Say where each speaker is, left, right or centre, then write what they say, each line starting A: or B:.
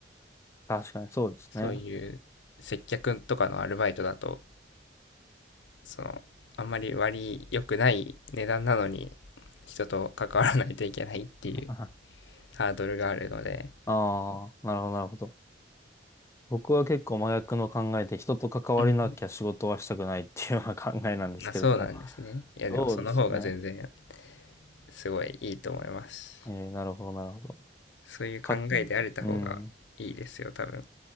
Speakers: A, on the left; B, on the left.
A: 確かにそうですね。
B: そういう接客とかのアルバイトだと、その、あんまり割り良くない値段なのに、人と関わらないといけないっていう
A: <laughs> あ
B: ハードルがあるので、
A: あ、なるほど、なるほど。僕は結構真逆の考えで、人と関わりなきゃ仕事はしたくないっていうような考えなんですけれども。
B: うん。あ、そうなんですね。いや、
A: そうですね。
B: でもその方が全然すごいいいと思います。
A: えー、なるほど、なるほど。
B: そういう考えであれた方がいいですよ、
A: か、うん。
B: 多分。